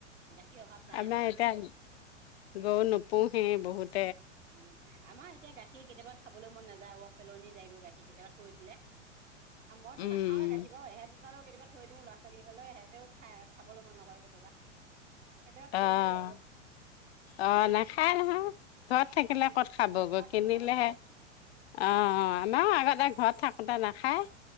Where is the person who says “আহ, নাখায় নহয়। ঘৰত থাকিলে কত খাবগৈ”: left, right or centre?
Left